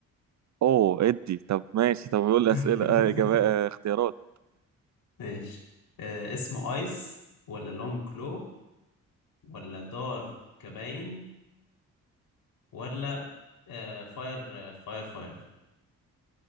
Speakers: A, on the right (about 50°); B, on the left (about 75°).
A: اوه ادي طب ماشي طب يقول لي
B: <laughs>
A: اسئله اه اجابه آه اختيارات
B: ماشي آه اسمه ايس ولا لونج كلو ولا دار كباين ولا آه فاير آه فاير فاير